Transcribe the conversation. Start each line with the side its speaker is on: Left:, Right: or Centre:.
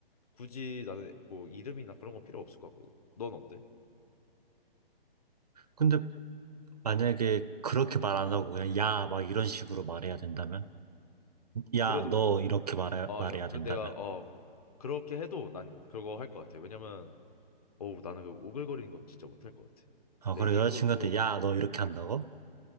Left: 굳이 나는 뭐 이름이나 그런 건 필요 없을 것 같거든. 넌 어때?
Right: 근데 만약에 그렇게 말 안 하고 그냥 야, 막 이런 식으로 말해야 된다면? 야,
Left: 그래도
Right: 너 이렇게 말해,
Left: 아
Right: 말해야
Left: 야 그래
Right: 된다면?
Left: 내가 어 그렇게 해도 난 그거 할 것 같아. 왜냐면 어우 나는 그 오글거리는 거 진짜 못 할 것 같아.
Right: 아,
Left: 내
Right: 그래,
Left: 입으로
Right: 여자친구한테
Left: 또
Right: 야, 너 이렇게 한다고?